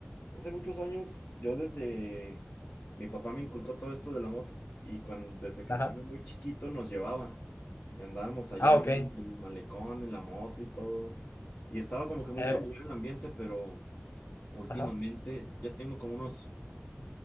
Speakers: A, on the left (about 35°); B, on the left (about 65°).
A: Hace muchos años, yo desde mi papá me inculcó todo esto de la moto y cuando desde que
B: ajá.
A: estaba muy chiquito nos llevaba y andábamos allá
B: Ah, ok.
A: en el malecón, en la moto y todo. Y estaba como que muy
B: eh,
A: familiar el ambiente, pero últimamente
B: ajá,
A: ya tengo como unos